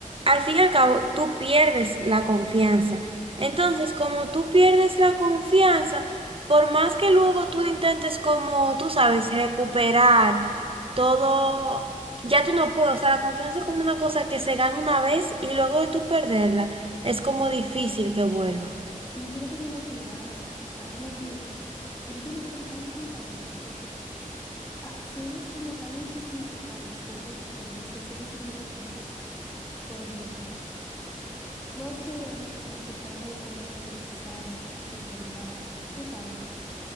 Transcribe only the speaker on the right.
Al fin y al cabo, tú pierdes la confianza. Entonces, como tú pierdes la confianza, por más que luego tú intentes como, tú sabes, recuperar todo, ya tú no puedes. O sea, la confianza es como una cosa que se gana una vez y luego de tú perderla, es como difícil que vuelva.